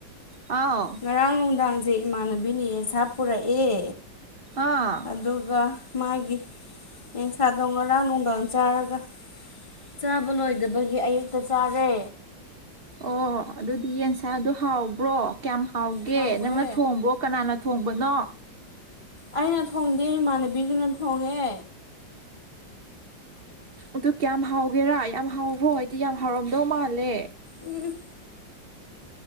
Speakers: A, on the right (about 60°); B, on the left (about 20°).
A: ꯑꯥꯎ
B: ꯉꯔꯥꯡ ꯅꯨꯡꯗꯥꯡꯁꯦ ꯏꯃꯥꯟꯅꯕꯤꯅ ꯌꯦꯟꯁꯥ ꯄꯨꯔꯛꯑꯦ
A: ꯍꯥꯥ
B: ꯑꯗꯨꯒ ꯃꯥꯒꯤ ꯌꯦꯟꯁꯥꯗꯣ ꯉꯔꯥꯡ ꯅꯨꯡꯗꯥꯡ ꯆꯥꯔꯒ ꯆꯥꯕ ꯂꯣꯏꯗꯕꯒꯤ ꯑꯌꯨꯛꯇ ꯆꯥꯔꯦ
A: ꯑꯣ ꯑꯗꯨꯗꯤ ꯌꯦꯟꯁꯥꯗꯣ ꯍꯥꯎꯕ꯭ꯔꯣ ꯀꯌꯥꯝ ꯍꯥꯎꯒꯦ
B: ꯍꯥꯎꯋꯦ
A: ꯅꯪꯅ ꯊꯣꯡꯕ꯭ꯔꯣ ꯀꯅꯥꯅ ꯊꯣꯡꯕꯅꯣ
B: ꯑꯩꯅ ꯊꯣꯡꯗꯦ ꯏꯃꯥꯟꯅꯕꯤꯗꯨꯅ ꯊꯣꯡꯉꯦ
A: ꯑꯗꯨ ꯀꯌꯥꯝ ꯍꯥꯎꯒꯦꯔꯥ ꯌꯥꯝ ꯍꯥꯎꯕ꯭ꯔꯣ ꯍꯥꯏꯗꯤ ꯌꯥꯝ ꯍꯥꯎꯔꯝꯗꯧ ꯃꯥꯜꯂꯦ
B: ꯎꯝ